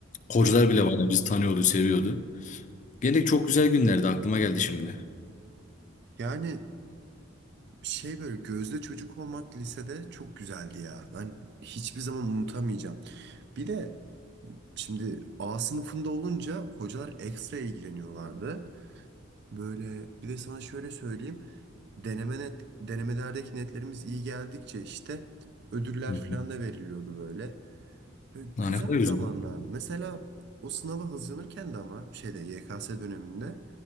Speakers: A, on the left; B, on the right.
A: Hocalar
B: <laughs> Heh.
A: bile bayağı bizi tanıyordu, seviyordu. Gene çok güzel günlerdi aklıma geldi şimdi.
B: Yani şey böyle gözde çocuk olmak lisede çok güzeldi ya. Ben hiçbir zaman unutamayacağım. Bir de şimdi A sınıfında olunca hocalar ekstra ilgileniyorlardı. Böyle bir de sana şöyle söyleyeyim. Deneme net, denemelerdeki netlerimiz iyi geldikçe işte ödüller
A: Hı hı.
B: falan da veriliyordu böyle. Böyle
A: Ha,
B: güzel
A: ne kadar güzel.
B: zamanlardı. Mesela o sınava hazırlanırken de ama şeyde YKS döneminde